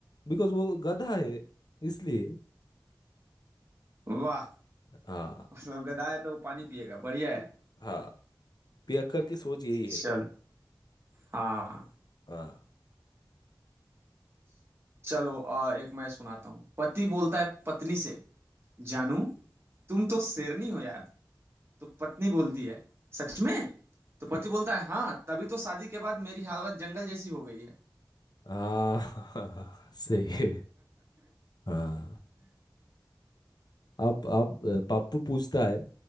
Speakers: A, on the left; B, on the right.
A: बिकॉज वो गधा है इसलिए
B: वाह
A: हाँ
B: मतलब गधा है तो वो पानी पिएगा बढ़िया है
A: हाँ पियक्कर की सोच यही
B: चल
A: है
B: हाँ
A: हाँ
B: चलो अ, एक मैं सुनाता हूँ पति बोलता है पत्नी से जानू तुम तो शेरनी हो यार तो पत्नी बोलती है सच में तो पति बोलता है हाँ तभी तो शादी के बाद मेरी हालत जंगल जैसी हो गई है
A: हाँ <laughs> सही है हाँ अब अब पप्पू पूछता है